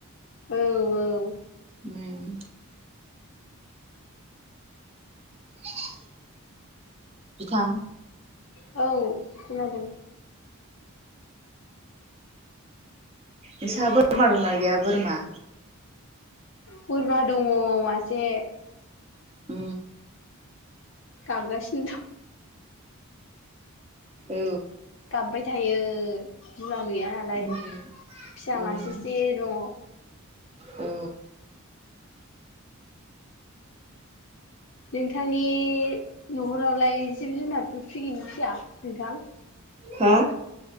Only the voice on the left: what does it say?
औ औ।
औ खोनादों।
बोरमा दङ मासे
गाबगासिनि दं।
गाबबाय थायो। बिमा गैया नालाय
फिसा
मासे से दङ।
नोंथांनि न'खरावलाय। जिब जुनारफोर फियो ना फिया नोंथां